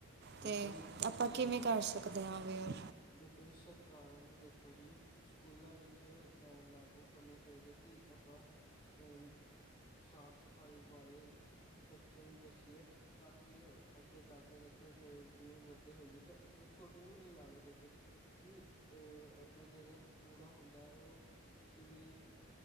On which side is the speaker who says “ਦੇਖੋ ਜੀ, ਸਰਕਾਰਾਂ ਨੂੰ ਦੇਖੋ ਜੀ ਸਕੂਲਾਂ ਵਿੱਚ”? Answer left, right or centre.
Left